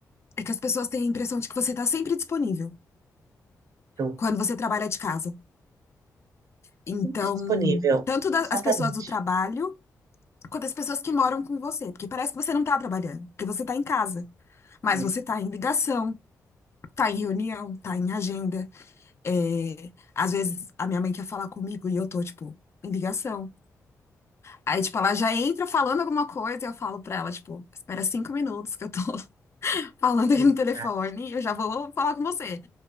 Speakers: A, on the left (about 40°); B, on the right (about 60°).
A: é que as pessoas têm a impressão de que você está sempre disponível
B: Então,
A: quando você trabalha de casa. Então,
B: sempre disponível.
A: tanto das,
B: Exatamente.
A: as pessoas do trabalho quanto as pessoas que moram com você, porque parece que você não está trabalhando, porque você está em casa. Mas
B: Isso,
A: você está em ligação, tá em reunião, tá em agenda. É, às vezes a minha mãe quer falar comigo e eu tô, tipo, em ligação. Aí, tipo, ela já entra falando alguma coisa e eu falo pra ela, tipo, espera cinco minutos que eu tô <laughs> falando aqui
B: exa-
A: no telefone e eu já vou falar com você.